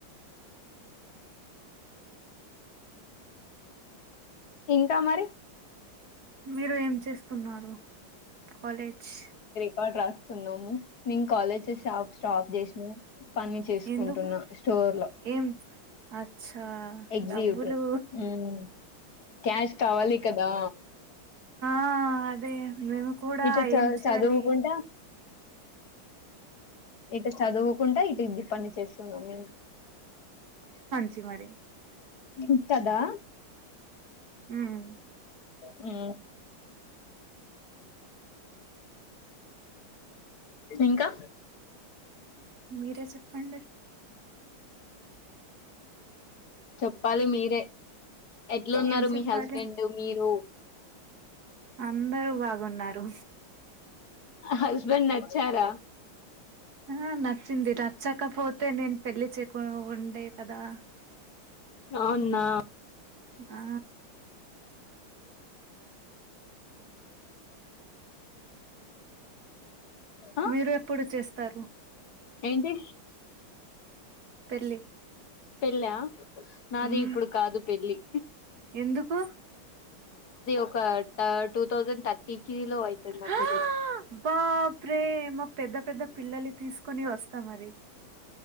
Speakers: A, on the left; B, on the right.
A: ఇంకా మరి
B: మీరు ఏం చేస్తున్నారు? కలేజ్
A: కార్డ్ రాస్తున్నాము. నేను కాలేజెస్ షాప్ స్టాప్ చేసిన పని చేసుకుంటున్నా
B: ఎందుకు
A: స్టోర్ లో,
B: ఏం అచ్చా
A: ఎగ్జిక్యూటివ్
B: డబ్బులు
A: ఉమ్ క్యాష్ కావాలి కదా.
B: ఆ అదే మేము కూడా
A: ఇటు చ
B: ఏం చెయలి.
A: చదువుకుంటా ఇటు చదువుకుంటా ఇటు ఇది పని చేస్తున్నాం మేము.
B: చి మరి
A: ఇత్తదా
B: ఉమ్
A: హు ఇంకా
B: మీరే చెప్పండి.
A: చెప్పాలి మీరే ఎట్లున్నారు
B: ఏం చెప్పాలి
A: మీ హస్బెండ్ మీరు
B: అందరు బాగున్నారు.
A: హస్బెంన్ నచ్చారా.
B: ఆహ న చ్చింది రచ్చకపోతే నేను పెళ్లి చె కొ ఉండె కదా.
A: నౌవ్ నా
B: ఆ
A: ఆ
B: మీరు ఎప్పుడు చేస్తారు.
A: ఏంటి
B: పెళ్లి
A: పెళ్ళా నాది
B: ఉమ్
A: ఇప్పుడు కాదు పెళ్లి.
B: ఎందుకు
A: ఒక్క ట టుథౌజండ్ థర్టీకి లొ ఐతది నా
B: హా
A: పెళ్ళి.
B: బాప్రే మా పెద్ద పెద్ద పిల్లల్ని తీసుకొని వస్తా మరి.